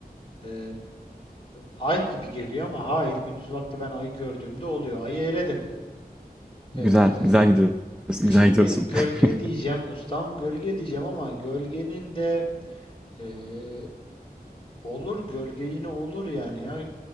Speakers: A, on the left; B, in the centre.
A: e, ay gibi geliyor ama hayır gündüz vakti ben ayı gördüğümde oluyor. Ayı eledim.
B: Güzel,
A: Ee,
B: güzel gidiyorsun. Güzel
A: e şimdi
B: gidiyorsun.
A: gölge
B: <laughs>
A: diyeceğim ustam gölge diyeceğim ama gölgenin de e, olur gölge yine olur yani ya